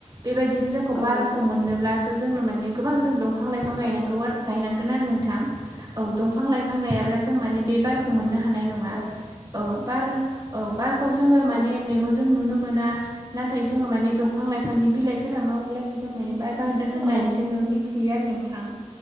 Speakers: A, on the right; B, in the centre.
A: बेबायदिनो जोंखौ
B: औ
A: बारखौ
B: नंगौ
A: मोननोब्ला थ' जोंनो माने गोबां जों दंफां लाइफां गायनांगौ
B: औ
A: आरो गायनांगोन आरो नोंथां। औ दंफां लाइफां गायाब्ला जों माने बे बारखौ मोननो हानाय नंङा
B: औ
A: औ बार औ बारखौ जोंङो
B: औ
A: माने मेगनजों नुनो मोना नाथाय जोंङो माने दं फां लाइफांनि बिलाइफोरा मावोब्लासो जों माने बार बारदों होननानै
B: औ
A: जोंङो मिथियो आरो नोंथां।